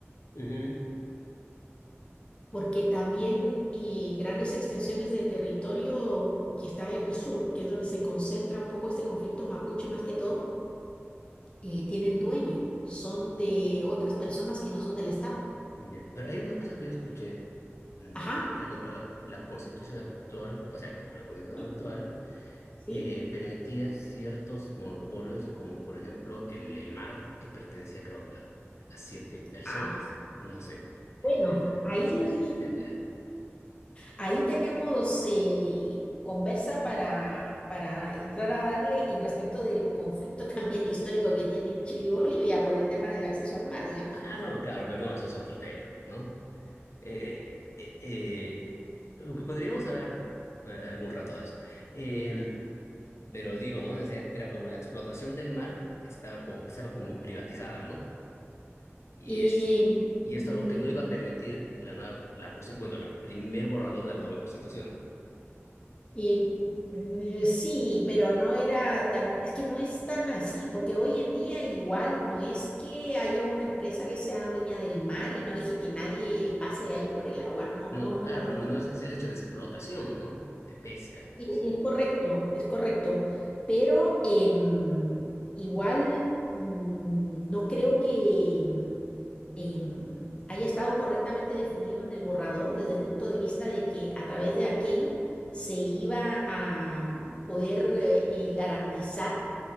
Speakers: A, on the left (about 75°); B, on the left (about 25°).
A: Ujú.
B: porque también y grandes extensiones de territorio que está en el sur, que es donde se concentra un poco este conflicto mapuche más que todo, eh, tienen dueño, son de otras personas que no son del Estado.
A: Ya, Pero hay una cosa que yo escuché mm,
B: Ajá,
A: también, o sea, que con la, la constitución actual, o sea, con la constitución
B: sí,
A: actual,
B: sí.
A: eh, permitía ciertos monopolios, como por ejemplo el, el mar, que pertenecía creo a, a siete personas,
B: Ah,
A: no sé,
B: bueno,
A: el derecho de
B: ahí,
A: pesca y etcétera.
B: ahí tenemos eh, conversa para, para entrar a darle en respecto del conflicto <laughs> también histórico que tienen Chile y Bolivia por el tema del acceso al mar, digamos.
A: Ah, no, claro, pero no, eso es otro tema, ¿no? Eh, eh, eh, lo que podríamos hablar eh, algún rato de eso. Em, Pero digo, ¿no? O sea, era como la explotación del mar estaba como, estaba como privatizada, ¿no? Y
B: Y
A: es, y esto
B: mm,
A: es algo que no iba a permitir la nueva, la constitu- bueno, la primer borrador de la nueva constitución.
B: Y mm, sí, pero no era tan, es que no es tan así, porque hoy en día igual no es que haya una empresa que sea dueña del mar y no deje que nadie pase ahí por el agua, no,
A: No,
B: no,
A: claro, no, no es, es el hecho de explotación, ¿no? De pesca, no
B: e-
A: sé.
B: Es correcto, es correcto. Pero em, igual mm, no creo que em, em, haya estado correctamente definido en el borrador desde el punto de vista de que a través de aquello se iba a mm, poder eh, eh, garantizar